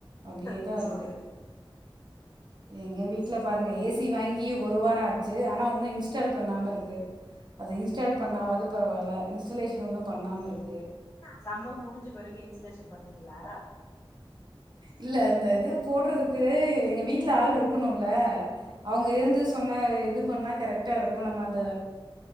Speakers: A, on the right (about 55°); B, on the left (about 30°).
A: அப்டியேதா
B: அதா
A: இருக்கு எங்க வீட்ல பாருங்க ஏ சி வாங்கி ஒரு வாரோ ஆ ச்சு ஆனா உன்னு இன்ஸ்டால் பண்ணாமருக்கு அது இன்ஸ்டால் பண்ணாவது
B: ஓ
A: பரவால்ல ஐசோலேஷன் ஒன்னு பண்ணாம இருக்கு
B: சம்மு முடிஞ்ச பிருகு இ்ன்சுலேச பண்ணீங்ளா
A: இல்ல, அந்த இது போடுறதுக்கு எங்க வீட்டுல ஆள் இருக்கணுல் லா அவங்க
B: ஆ
A: இருந்து சொன்ன இது பண்ணா கரெக்ட்டா இருக்கு நம்ம அத